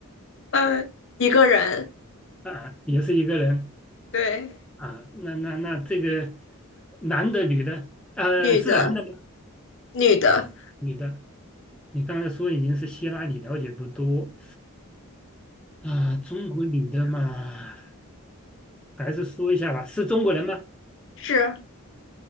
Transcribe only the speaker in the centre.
啊，也是一个人
啊，那那那这个男的女的，呃，
是男的吗？
女的，你刚才说已经是希拉里了解不多啊，中国女的嘛，还是说一下吧，是中国人吗？